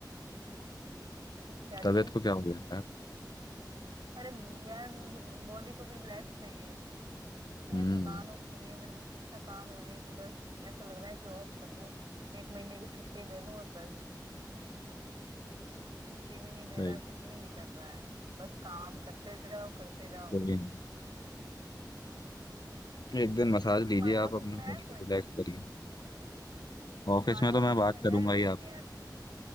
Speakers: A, on the right (about 80°); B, on the left (about 65°).
A: हाँ क्या चीज
B: तबीयत को क्या हो गया यार
A: अरे म, यार बॉडी को भी रिलैक्स चाहिए इतनी
B: हम्म
A: थकान हो रही है मेरे को इतनी थकान हो रही है कि बस ऐसा लग रहा है कि ऑफ कर लूं एक महीने की छुट्टी ले लूं और बस छुट्टी भी नहीं दे
B: सही
A: रहा है कुछ भी नहीं कर रहा है बस काम करते जाओ करते जाओ
B: कोई नहीं। एक दिन मसाज लीजिए
A: तुम्हारे ऑफिस
B: आप अपने
A: में
B: बॉडी
A: है
B: को
A: कोई
B: रिलैक्स करिए
A: तुम्हारे
B: ऑफिस में
A: ऑफिस
B: तो मैं बात
A: में
B: करूंगा
A: है मेरे
B: ही
A: लिए
B: आपसे